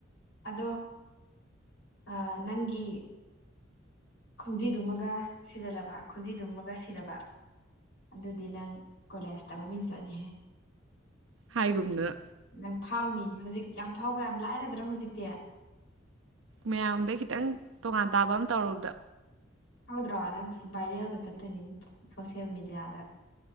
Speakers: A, on the left; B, on the right.
A: ꯑꯗꯣ ꯑꯥ ꯅꯪꯒꯤ ꯈꯣꯡꯖꯤꯗꯨꯃꯒ ꯁꯤꯖꯜꯂꯕ ꯈꯨꯖꯤꯗꯨꯃꯒ ꯁꯤꯔꯕ ꯑꯗꯨꯗꯤ ꯅꯪ ꯀꯣꯂꯦꯖꯇ ꯃꯃꯤꯡ ꯆꯠꯅꯤꯍꯦ
B: ꯍꯥꯏꯒꯨꯝꯗꯅꯥ
A: ꯅꯪ ꯐꯥꯎꯅꯤ ꯍꯧꯖꯤꯛ ꯌꯥꯝ ꯐꯥꯎꯕ ꯌꯥꯝ ꯂꯥꯏꯔꯗ꯭ꯔꯣ ꯍꯧꯖꯤꯛꯇꯤ
B: ꯃꯌꯥꯝꯗꯩ ꯈꯤꯇꯪ ꯇꯣꯉꯥꯟ ꯇꯥꯕ ꯑꯃ ꯇꯧꯔꯨꯕꯗ
A: ꯍꯥꯎꯗ꯭ꯔꯣ ꯅꯪ ꯚꯥꯏꯔꯦꯜꯒ ꯆꯠꯇꯣꯏꯅꯤꯅꯦ ꯁꯣꯁꯦꯜ ꯃꯦꯗꯤꯌꯥꯗ